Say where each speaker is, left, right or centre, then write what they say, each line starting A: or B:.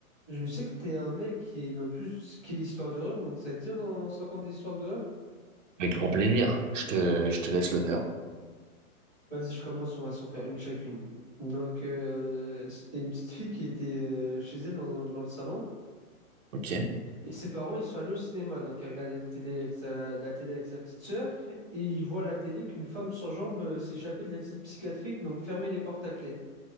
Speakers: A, in the centre; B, on the right.
A: Je sais que t'es un mec qui est dans tout ce qui est histoire d'horreur, donc ça te dit on se raconte des histoires d'horreur?
B: Avec grand plaisir. Je te, je te laisse l'honneur.
A: Vas-y, je commence, on va s'en faire une chacune. Donc, euh, c'était une petite fille qui était euh, chez elle dans, dans le salon,
B: Ok.
A: et ses parents, ils sont allés au cinéma, donc elle regardait le télé avec sa, la télé avec sa petite sœur, et ils voient à la télé qu'une femme sans jambes euh, s'échappait de l'asile psychiatrique, donc fermait les portes à clé.